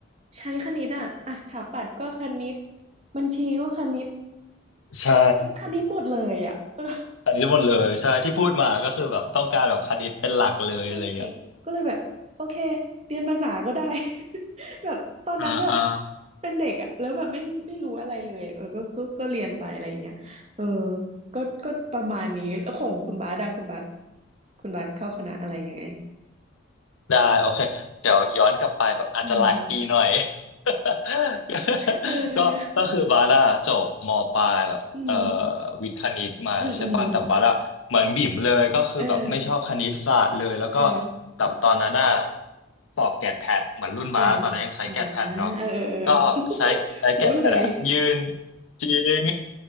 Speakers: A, on the right; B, on the left.
A: ใช้คณิตอ่ะอ่ะสถาปัตย์ก็คณิตบัญชีก็คณิต
B: ใช่
A: คณิตหมดเลยอ่ะเออ
B: อันนี้หมดเลยใช่ที่พูดมาก็คือแบบต้องการแบบคณิตเป็นหลักเลยอะไรอย่างเงี้ย
A: ใช่ก็เลยแบบโอเคเรียนภาษาก็ได้ <laughs> แบบตอนนั้นแบบ
B: อ่าอ่า
A: เป็นเด็กอะแล้วแบบไม่ไม่รู้อะไรเลยอะเออก็ก็ก็เรียนไปอะไรอย่างเงี้ยเออก็ก็ประมาณนี้แล้วของคุณบาสอะคุณบาสคุณบาสเข้าคณะอะไรยังไง
B: ได้โอเคเดี๋ยวย้อนกลับไปแบบอาจจะหลายปีหน่อย
A: อืม
B: <laughs>
A: เออ
B: ก็ก็คือบาร่าจบมปลายแบบเอ่อ
A: อืม
B: วิทย์คณิตมาใช่ป่ะแต่บาร่าเหมือนบิ่มเลยก็คือแบบไม่ชอบคณิตศาสตร์เลยแล้วก็
A: อืมอืม <laughs> เออเออ
B: แบบตอนนั้นน่ะสอบแกดแพดเหมือนรุ่นบาร่าตอนนั้นยังใช้แกดแพดเนาะ
A: เอออ่าเออเออเออ
B: ก็ใช้ใช้แกดแพดอะยืน
A: <laughs> รู้เลย
B: จริง